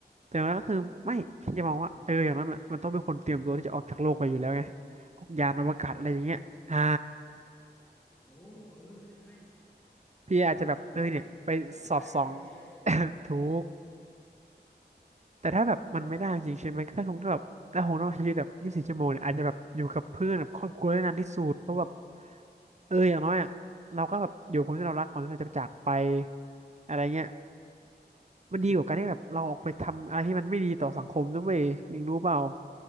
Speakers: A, on the right; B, on the left.
A: แต่ว่าก็คือไม่พี่จะมองว่าเอออย่างนั้นมันมันต้องเป็นคนเตรียมตัวที่จะออกจากโลกไปอยู่แล้วไงพวกยานอวกาศอะไรอย่างเงี้ยอ่า
B: โอ้เออใช่
A: พี่อาจจะแบบเออเนี่ยไปสอดส่อง
B: เออถ้ารถจะแตกแล้วก็หนีเลย
A: <coughs> ถูกแต่ถ้าแบบมันไม่ได้จริงใช่ไหมก็คงต้องแบบถ้าคงต้องใช้ชีวิตแบบยี่สิบสี่ชั่วโมงเนี่ยอาจจะแบบอยู่กับเพื่อนกับครอบครัวได้นานที่สุดเพราะแบบเอออย่างน้อยอ่ะเราก็แบบอยู่กับคนที่เรารักก่อนที่เราจะจากไปอะไรเงี้ยมันดีกว่าการที่แบบเราออกไปทำอะไรที่มันไม่ดีต่อสังคมด้วยเองรู้เปล่า